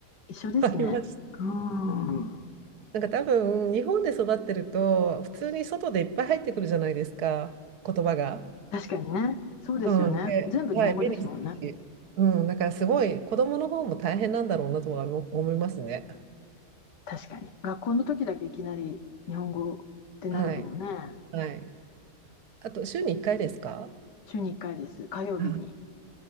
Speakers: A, on the left; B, on the right.
A: 一緒ですね。
B: <laughs> ありました。
A: うん。
B: なんか多分、日本で育ってると、普通に外でいっぱい入ってくるじゃないですか、言葉が。
A: 確かにね。そうですよね。
B: うん、で、
A: 全部日本語ですもんね。
B: はい、目にしたしうん、だからすごい、子供の方も大変なんだろうなとは思思いますね。
A: 確かに。学校の時だけいきなり日本語ってなるのもね。
B: はい、はい。あと、週に1回ですか
A: 週に1回です。火曜日に。
B: あ